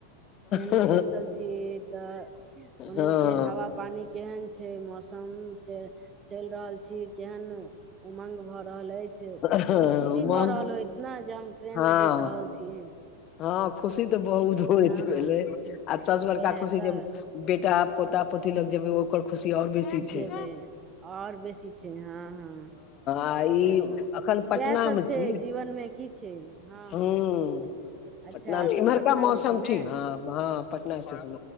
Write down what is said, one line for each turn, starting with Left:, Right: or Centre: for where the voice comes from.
Right: ट्रेन
Left: हँ
Right: मे बैसल छी तऽ
Left: हँ
Right: ओनी केर हवा पानि केहन छै मौसम चलि रहल छी केहन उमंग भऽ रहल अछि
Left: हँ
Right: बहुत खुशी भऽ रहल होइत ना जे हम ट्रेन
Left: हँ
Right: मे बैस रहल छी
Left: हँ खुशी तऽ बहुत होइ
Right: हँ
Left: छै भेलै
Right: हँ
Left: आ सबसँ
Right: उएह
Left: बरका खुशी
Right: तऽ
Left: जे बेटा पोता पोती लग जेबै ओकर खुशी आओर बेसी छै
Right: जेबै आओर बेसी छै हँ हँ
Left: आ ई
Right: चलू
Left: अखन पटना
Right: इएह सब
Left: मे छी
Right: छै जीवनमे की छै हँ
Left: हूँ
Right: हँ अच्छा
Left: पटना मे
Right: एखन
Left: इमहरका
Right: पटनामे
Left: मौसम
Right: छी ने
Left: ठीक हँ हँ पटना स्टेसन